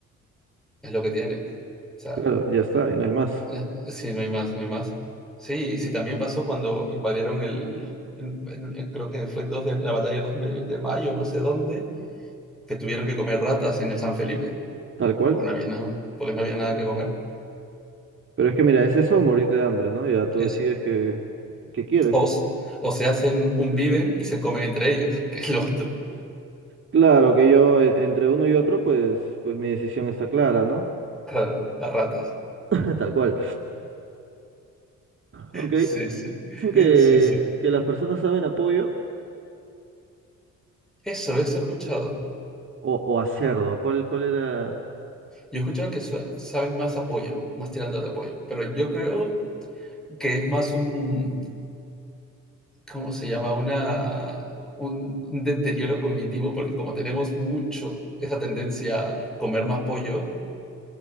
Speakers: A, in the centre; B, on the right.
A: es lo que tiene. O sea,
B: Claro, ya está, y no hay más,
A: eh, sí, no hay más, no hay más. Sí, y sí, también pasó cuando invadieron el, en- en- en- creo que fue en, 2 de, la batalla de 2 me- de mayo, no sé dónde, que tuvieron que comer ratas en el San Felipe,
B: tal cual.
A: porque no había nada, porque no había nada que comer.
B: Pero es que mira, es eso
A: Mm,
B: o morirte de hambre, ¿no? Ya tú
A: Eso.
B: decides que, que quieres.
A: O, s- o se hacen un viven y se comen entre ellos, que es lo otro.
B: Claro que yo, e- entre uno y otro, pues, pues mi decisión está clara, ¿no?
A: Claro, las ratas.
B: <laughs> Tal cual. Aunque
A: Sí, sí,
B: dicen que,
A: sí, sí.
B: que las personas saben apoyo.
A: Eso, eso he escuchado.
B: O, o a cerdo, ¿cuál, cuál era?
A: Yo he escuchado que sa- saben más apoyo, más tirando de apoyo, pero yo creo que es más un, ¿cómo se llama? Una, un, un deterioro cognitivo, porque como tenemos mucho esa tendencia a comer más pollo,